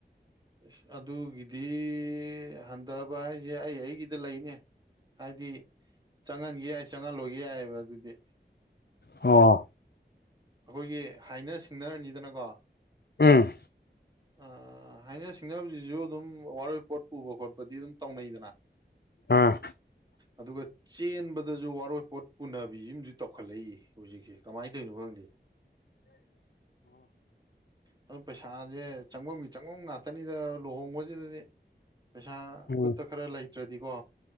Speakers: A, on the right; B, on the left.
A: ꯑꯁ ꯑꯗꯨꯒꯤꯗꯤ ꯍꯟꯊꯕ ꯍꯥꯏꯁꯦ ꯑꯩ ꯑꯩꯒꯤꯗ ꯂꯩꯅꯦ ꯍꯥꯏꯗꯤ ꯆꯪꯍꯟꯒꯦ ꯌꯥꯏ ꯆꯪꯍꯜꯂꯣꯏꯒ ꯌꯥꯏꯑꯕ ꯑꯗꯨꯗꯤ
B: ꯑꯣ
A: ꯑꯩꯈꯣꯏꯒꯤ ꯍꯥꯏꯅ ꯁꯤꯡꯅꯔꯅꯤꯗꯅꯀꯣ
B: ꯎꯝ
A: ꯑ ꯍꯥꯏꯅ ꯁꯤꯡꯅꯕꯖꯤꯁꯨ ꯑꯗꯨꯝ ꯋꯥꯔꯣꯏ ꯄꯣꯠ ꯄꯨꯕ ꯈꯣꯠꯄꯗꯤ ꯑꯗꯨꯝ ꯇꯧꯅꯩꯗꯅ
B: ꯑꯥ
A: ꯑꯗꯨꯒ ꯆꯦꯟꯕꯗꯁꯨ ꯋꯥꯔꯣꯏꯄꯣꯠ ꯄꯨꯅꯕꯤꯁꯤꯃꯁꯨ ꯇꯧꯈꯠꯂꯛꯏ ꯍꯧꯖꯤꯛꯁꯦ ꯀꯃꯥꯏꯅ ꯇꯧꯔꯤꯅꯣ ꯈꯪꯗꯦ
B: ꯎꯝ <inaudible>
A: ꯑꯗꯨ ꯄꯩꯁꯥꯖꯦ ꯆꯪꯉꯝꯒꯤ ꯆꯪꯉꯝ ꯉꯥꯛꯇꯅꯤꯗ ꯂꯨꯍꯣꯡꯕꯁꯤꯗꯗꯤ ꯄꯩꯁꯥ
B: ꯎꯝ
A: ꯈꯨꯠꯇ ꯈꯔ ꯂꯩꯇ꯭ꯔꯗꯤꯀꯣ